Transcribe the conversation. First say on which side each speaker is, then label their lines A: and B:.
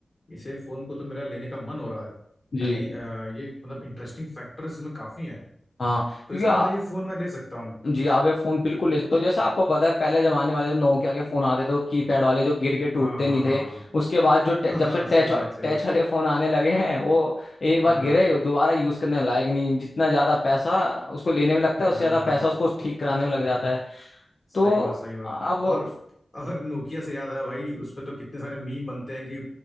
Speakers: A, on the left; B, on the left.
A: इसे फोन को तो मेरा लेने का मन हो रहा है
B: जी
A: यानी अ, ये मतलब इंटरेस्टिंग फैक्टर इसमें काफी हैं
B: हाँ
A: तो
B: क्योंकि
A: इसका
B: आ-
A: मतलब ये फोन मैं ले सकता हूँ
B: जी आप ये फोन बिल्कुल ले सकते हो जैसे आपको पता है पहले जमाने में आते थे नोकिया के फोन आते थे तो कीपैड वाले जो गिर के टूटते
A: हाँ हाँ
B: नहीं
A: हाँ
B: थे
A: <laughs>
B: उसके बाद जो टे-
A: हाँ
B: जब
A: हाँ
B: से
A: सही
B: टच
A: बात सही
B: टच
A: बात
B: वाले फोन आने लगे हैं वो एक बार
A: हाँ
B: गिरे दोबारा यूज करने लायक नहीं जितना ज्यादा पैसा उसको लेने में लगता है उससे
A: हाँ
B: ज्यादा
A: हाँ
B: पैसा उसको ठीक कराने में लग जाता है
A: सही
B: तो
A: बात सही बात
B: अब
A: और और नोकिया से याद आया भाई उस पे तो कितने सारे मीम बनते हैं कि